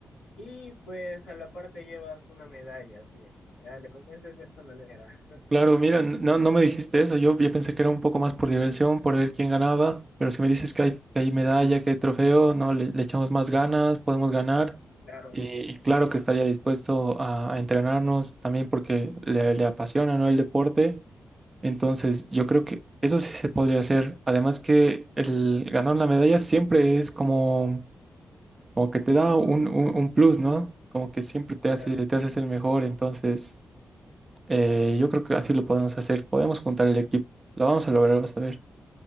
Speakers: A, on the left; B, on the right.
A: y pues a la parte llevas una medalla, sí. Ya le convences de esa manera.
B: Claro, mira, n- no, no me dijiste eso. Yo, yo pensé que era un poco más por diversión, por ver quién ganaba. Pero si me dices que hay, que hay medalla, que hay trofeo, no, le, le echamos más ganas, podemos ganar.
A: Claro,
B: Y, y claro que estaría dispuesto a, a entrenarnos también porque le, le apasiona, ¿no? el deporte. Entonces, yo creo que eso sí se podría hacer. Además que el ganar una medalla siempre es como, como que te da un, un, un plus, ¿no? Como que siempre te
A: claro.
B: hace, te hace ser mejor. Entonces... Eh, yo creo que así lo podemos hacer. Podemos juntar el equipo. Lo vamos a lograr, vas a ver.